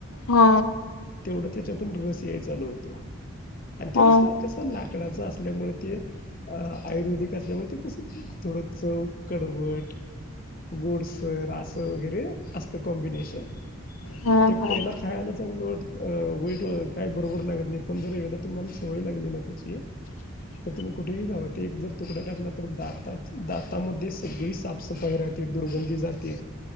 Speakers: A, on the left; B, on the left.
A: हा
B: तेवढं त्याच्यातून रस याय चालू होतो आणि त्यावेळस
A: हा
B: ना कसं लाकडाचं असल्यामुळे ते अ आयुर्वेदिक असल्यामुळे ते तस थोडं चव कडवट गोड सर आस वगैरे असत कॉम्बिनेशन
A: हा हा
B: ते
A: हा
B: पहिला खायला चांगलं वाट वाईट काय बरोबर लागत नाही पण जर एकदा तर मला सवय लागली ना त्याची
A: <unintelligible>
B: तर तुम्ही कुठेही जाव ते एक जर तुकडा टाकला तर दात दातामध्ये सगळी साफसफाई राहते. दुर्गंधी जाते